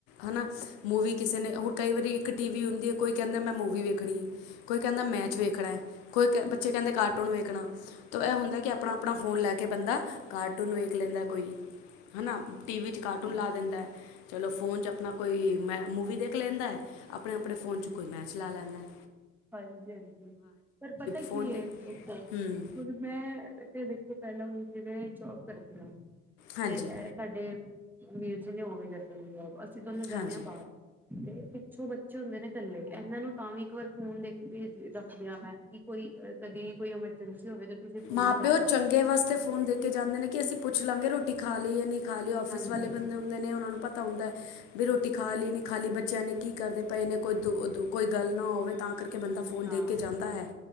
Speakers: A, on the left (about 75°); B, in the centre.
A: ਹਨਾ, ਮੂਵੀ ਕਿਸੇ
B: ਹਮ
A: ਨੇ ਹੁਨ ਕਈ ਵਾਰੀ ਟੀ ਵੀ ਹੁੰਦੀ ਐ ਕੋਈ ਕਹਿੰਦਾ ਮੈਂ ਮੂਵੀ ਵੇਖਣੀ। ਕੋਈ ਕਹਿੰਦਾ ਮੈਚ ਵੇਖਣਾ ਐ, ਕੋਈ ਕ ਬੱਚੇ ਕਹਿੰਦੇ ਕਾਰਟੂਨ ਵੇਖਣਾ। ਤੋਂ ਐ ਹੁੰਦਾ ਕਿ ਆਪਣਾ-ਆਪਣਾ ਫੋਨ ਲੈ ਕੇ ਬੰਦਾ ਕਾਰਟੂਨ ਵੇਖ ਲੈਂਦਾ ਕੋਈ, ਹੈ ਨਾ ਟੀ ਵੀ 'ਚ ਕਾਰਟੂਨ
B: ਹਮ
A: ਲਾ ਦਿੰਦਾ। ਚਲੋ ਫੋਨ 'ਚ ਆਪਣਾ, ਕੋਈ ਮੈ ਮੂਵੀ ਦੇਖ ਲੈਂਦਾ ਐ। ਆਪਣੇ-ਆਪਣੇ ਫੋਨ 'ਚ ਕੋਈ ਮੈਚ ਲਾ ਲੈਂਦਾ ਐ।
B: ਹਾਂਜੀ-ਹਾਂਜੀ ਪਰ ਪਤਾ
A: ਫੋਨ
B: ਕੀ ਏ
A: 'ਤੇ
B: ਦੇਖੋ
A: ਹੂੰ
B: ਮੈਂ ਏਥੇ ਦੇਖੋ, ਪਹਿਲਾਂ ਜਿਵੇਂ ਜੋਬ ਕਰਦੀ ਆਂ
A: ਹਾਂਜੀ
B: ਤੇ ਐ ਸਾਡੇ ਵੀਰ ਜੀ ਨੇ ਓ ਵੀ ਕਰਦੇ ਨੇ ਜੋਬ, ਅਸੀਂ ਦੋਨੋਂ ਜਾਂਨੇ
A: ਹਾਂਜੀ
B: ਆਂ ਬਾਰ। ਤੇ ਪਿੱਛੋਂ ਬੱਚੇ ਹੁੰਦੇ ਨੇ ਕੱਲੇ ਏਨਾਂ ਨੂੰ ਤਾਂ ਵੀ ਇੱਕ ਵਾਰ ਫੋਨ ਦੇ ਕੇ ਭੇਜ ਰੱਖਦਿਆਂ ਮੈਂ ਕਿ ਕੋਈ ਕਦੇ ਕੋਈ ਐਮਰਜੈਂਸੀ ਹੋਵੇ ਤੇ ਤੁਸੀਂ ਫੋਨ
A: ਮਾ-ਪਿਓ
B: ਕਰ
A: ਚੰਗੇ
B: ਲਓ
A: ਵਸ ਤੇ ਫੋਨ ਦੇ ਕੇ ਜਾਂਦੇ ਨੇ ਕਿ ਅਸੀ ਪੁੱਛ ਲਾਂਗੇ ਰੋਟੀ ਖਾ ਲੀ ਯਾ ਨੀ ਖਾ ਲੀ ਔਫਿਸ
B: ਹਾਂਜੀ
A: ਵਾਲੇ ਬੰਦੇ ਨੂੰ ਹੁੰਦੇ ਨੇ ਓਨਾਂ ਨੂੰ ਪਤਾ ਹੁੰਦਾ। ਵੀ ਰੋਟੀ ਖਾ ਲੀ ਨੀ ਖਾ ਲੂ ਬੱਚਿਆਂ ਨੇ, ਕੀ ਕਰਦੇ ਪਏ ਨੇ, ਕੋਈ ਦੋ ਗੱਲ ਨਾ ਹੋਵੇ। ਤਾਂ ਕਰਕੇ ਬੰਦਾ ਫੋਨ
B: ਹਾਂ
A: ਦੇਖ ਕੇ ਜਾਂਦਾ ਹੈ